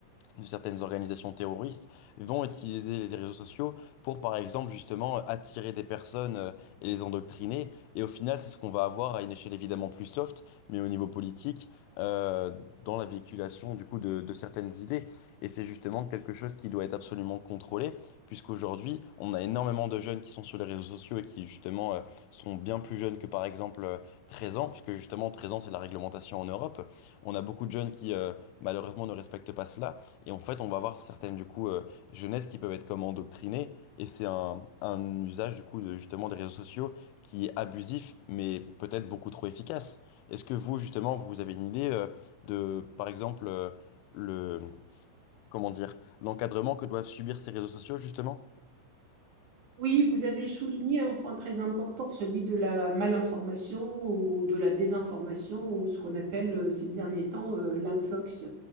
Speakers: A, on the left; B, on the right.
A: de certaines organisations terroristes vont utiliser les réseaux sociaux pour, par exemple, justement, euh, attirer des personnes euh, et les endoctriner. Et au final, c'est ce qu'on va avoir à une échelle évidemment plus soft, mais au niveau politique, euh, dans la véhiculation, du coup, de, de certaines idées. Et c'est justement quelque chose qui doit être absolument contrôlé, puisqu'aujourd'hui, on a énormément de jeunes qui sont sur les réseaux sociaux et qui, justement, euh, sont bien plus jeunes que, par exemple, euh, 13 ans, puisque, justement, 13 ans, c'est la réglementation en Europe. On a beaucoup de jeunes qui, euh, malheureusement, ne respectent pas cela. Et en fait, on va avoir certaines, du coup, euh, jeunesses qui peuvent être comme endoctrinées. Et c'est un, un usage, du coup, de, justement, des réseaux sociaux qui est abusif, mais peut-être beaucoup trop efficace. Est-ce que vous, justement, vous avez une idée, euh, de, par exemple, euh, le, comment dire, l'encadrement que doivent subir ces réseaux sociaux, justement?
B: Oui, vous avez souligné un point très important, celui de la malinformation ou de la désinformation ou ce qu'on appelle euh, ces derniers temps euh, l'infox.